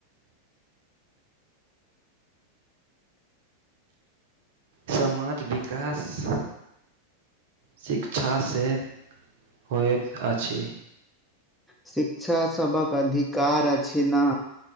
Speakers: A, on the right; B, in the centre.
A: समाज विकास। शिक्षा से होयत अछी।
B: शिक्षा सभक अधिकार अछी न।